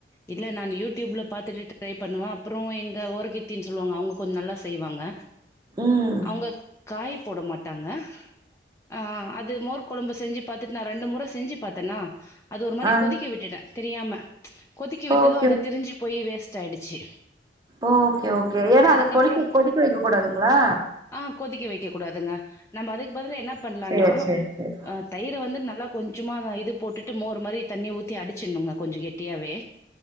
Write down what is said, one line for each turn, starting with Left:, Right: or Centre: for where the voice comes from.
Left: இல்ல நான் யூடியூப்ல பாத்துட்டு ட்ரை பண்ணுவே அப்புறோ எங்க ஓரகத்தின்னு சொல்லுவாங்க அவுங்க கொஞ்சோ நல்லா செய்வாங்க
Right: ம்
Left: அவுங்க காய் போட மாட்டாங்க ஆ அது மோர் கொழம்பு செஞ்சு பாத்துட்டு நா ரெண்டு முற செஞ்சு பாத்தேனா அது ஒரு மாரி
Right: ஆ
Left: கொதிக்க விட்டுட்டே தெரியாம கொதிக்க விட்டதும்
Right: ஓகே
Left: அது திரிஞ்சு போய் வேஸ்ட் ஆயிடுச்சு
Right: ஓ ஓகே ஓகே, ஏன்னா
Left: அதுக்கப்புறோ
Right: அது கொதிக்க கொதிக்க வைக்க கூடாதுங்ளா
Left: ஆ கொதிக்க வைக்க கூடாதுங்க நம்ம அதுக்கு பதில என்ன பண்ணலான்னா
Right: சேரி சேரி சேரி
Left: அ தயிர வந்து நல்லா கொஞ்சமாதா இது போட்டுட்டு மோரு மாரி தண்ணி ஊத்தி அடிச்சிட்ணுங்க கொஞ்ச கெட்டியாவே